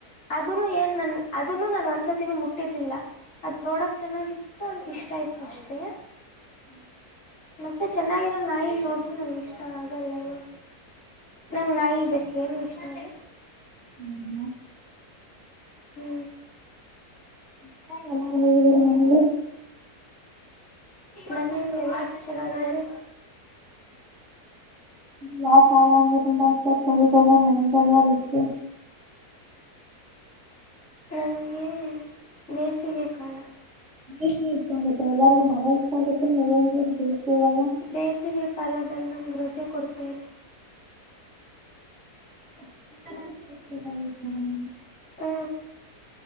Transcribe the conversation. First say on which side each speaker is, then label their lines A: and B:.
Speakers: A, on the left; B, on the right.
A: ಅದನು ಏನ್ ನನ್ ಅದನ್ನು ನಾನ ಒಂದ್ಸತಿನೂ ಮುಟ್ಟಿರ್ಲಿಲ್ಲ. ಅದ್ ನೋಡಕ್ ಚೆನ್ನಾಗಿತ್ತು ಅಂತ ಇಷ್ಟ ಇತ್ತು ಅಷ್ಟೇ. ಮತ್ತೆ ಚೆನ್ನಾಗಿರೋ ನಾಯಿ ನೋಡ್ರರು ನನ್ಗೆ ಇಷ್ಟ ಆಗಲ್ಲ ಇವ. ನಂಗೆ ನಾಯಿ ಬೇಕ್ಕ್ ಏನು ಇಷ್ಟಾ ಇಲ್ಲಾ.
B: ಹು ಮತ್ತ್.
A: ಹು
B: ಇಷ್ಟಾ ಇಲ್ಲಾ ಇವರ ಮನೇಲಿ.
A: ಮನೆಯಲ್ಲಿ ಎಲ್ಲುರು ಚೆನ್ನಾಗಿದಾರೆ.
B: ಯಾವ ಕಾಲ ಅಂದ್ರೆ ತುಂಬಾ ಇಷ್ಟ ಚಳಿಗಾಲ ಮಳೆಗಾಲಾ ಬೇಸಿಗೆ.
A: ನಂಗೆ ಬೇಸಿಗೆ ಕಾಲ.
B: ನೀ ಇಷ್ಟ ಆಗುತ್ತೆ ಎಲ್ಲರಿಗೂ ಮಳೆ ಇಷ್ಟ ಆಗುತ್ತೆ ನೀಮಗೆ ಬೇಸಿಗೆಗಲಾ.
A: ಬೇಸಿಗೆ ಕಾಲದಲ್ಲಿ ನಮ್ಗೆ ರಜೆ ಕೊಡ್ತಾ ಇದೆ.
B: <inaudible> <inaudible>
A: ಹು